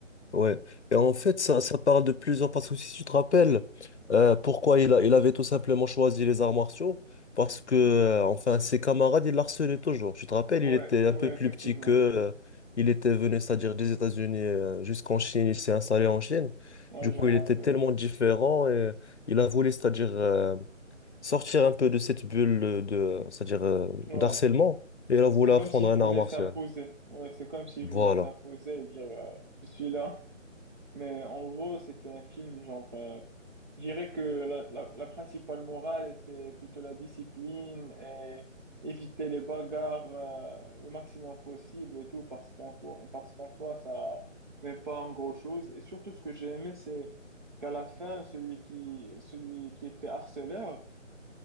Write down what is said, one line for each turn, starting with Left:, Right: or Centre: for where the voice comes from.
Left: Ouais. Et en fait, ça, ça parle de plusieurs. Parce que si tu te rappelles, euh, pourquoi il a, il avait tout simplement choisi les arts martiaux? Parce que, euh, enfin, ses camarades, il harcelaient toujours. Tu te rappelles,
Right: Ouais,
Left: il était un
Right: ouais,
Left: peu plus
Right: effectivement.
Left: petit que euh, il était venu, c'est-à-dire des États-Unis euh, jusqu'en Chine. Il s'est installé en Chine.
Right: Ouais,
Left: Du coup,
Right: je me
Left: il
Right: rappelle.
Left: était tellement différent et euh, il a voulu, c'est-à-dire euh, sortir un peu de cette bulle de, c'est-à-dire euh,
Right: Ouais.
Left: d'harcèlement.
Right: Ouais.
Left: Et il a voulu
Right: C'est comme
Left: apprendre
Right: s'il
Left: un
Right: voulait
Left: art martial.
Right: s'imposer. Ouais, c'est comme s'il
Left: Voilà.
Right: voulait s'imposer et dire, euh, je suis là. Mais en gros, c'était un film, genre, euh, je dirais que la, la, la principale morale était plutôt la discipline et éviter les bagarres, euh, le maximum possible et tout, parce qu'en soi, parce qu'en soi, ça n'est pas en gros chose. Et surtout, ce que j'ai aimé, c'est qu'à la fin, celui qui, celui qui était harceleur,